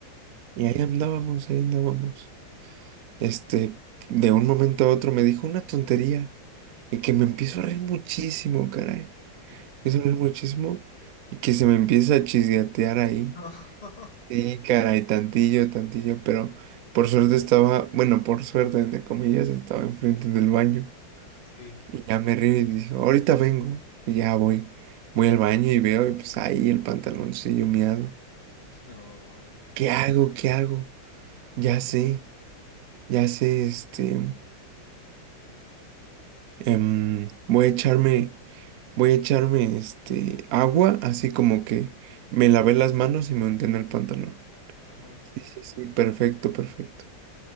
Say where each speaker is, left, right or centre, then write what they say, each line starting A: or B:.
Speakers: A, on the right; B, on the left.
A: Y ahí andábamos, ahí andábamos. Este, de un momento a otro me dijo una tontería. Y que me empiezo a reír muchísimo, caray. Me
B: <laughs>
A: empiezo a reír muchísimo. Y que se me empieza a chisgatear ahí.
B: No.
A: Sí, caray, tantillo, tantillo. Pero por suerte estaba, bueno, por suerte, entre comillas, estaba enfrente del baño.
B: Sí,
A: Y ya me río y dijo, ahorita vengo. Y ya voy. Voy al baño y veo, y pues ahí el pantaloncillo miado.
B: no.
A: ¿Qué hago? ¿Qué hago? Ya sé, ya sé, este, em, voy a echarme, voy a echarme, este, agua, así como que me lavé las manos y me unté en el pantalón.
B: Ajá.
A: Sí, sí, sí, perfecto, perfecto.